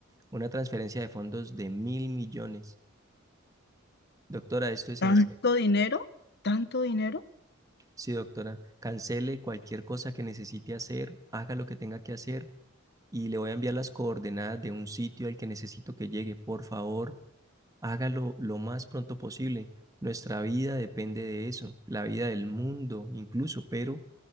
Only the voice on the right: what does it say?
una transferencia de fondos de mil millones. Doctora, esto es
en serio.
Sí, doctora, cancele cualquier cosa que necesite hacer, haga lo que tenga que hacer y le voy a enviar las coordenadas de un sitio al que necesito que llegue. Por favor, hágalo lo más pronto posible. Nuestra vida depende de eso, la vida del mundo incluso, pero